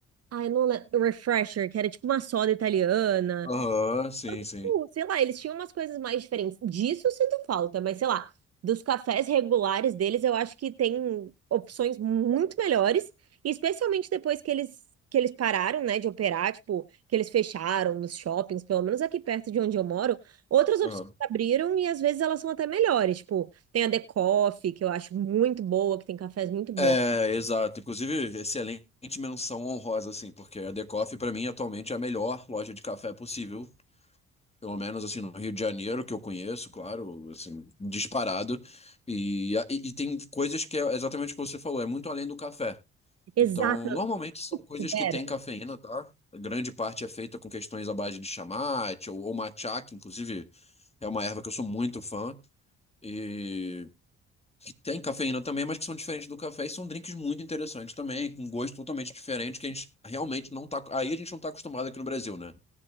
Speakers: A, on the right; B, on the left.
A: Ah, eu não lembro. Refresher, que era tipo uma soda italiana.
B: Aham, sim, sim.
A: tipo, sei lá, eles tinham umas coisas mais diferentes. Disso eu sinto falta, mas sei lá, dos cafés regulares deles, eu acho que tem opções muito melhores, e especialmente depois que eles que eles pararam, né, de operar, tipo, que eles fecharam nos shoppings, pelo menos aqui perto de onde eu moro, outras opções
B: Aham.
A: abriram e às vezes elas são até melhores, tipo, tem a The Coffee, que eu acho muito boa, que tem cafés muito bons.
B: É, exato. Inclusive, excelente menção honrosa, assim, porque a The Coffee, pra mim, atualmente é a melhor loja de café possível Pelo menos assim, no Rio de Janeiro, que eu conheço, claro, assim, disparado. E, e, e tem coisas que é exatamente o que você falou, é muito além do café.
A: Exato,
B: Então, normalmente são coisas
A: Vera,
B: que têm cafeína, tá? A grande parte é feita com questões à base de chamate ou, ou matcha, que inclusive é uma erva que eu sou muito fã. E que tem cafeína também, mas que são diferentes do café e são drinks muito interessantes também, com gosto totalmente diferente, que a gente realmente não tá. Aí a gente não tá acostumado aqui no Brasil, né?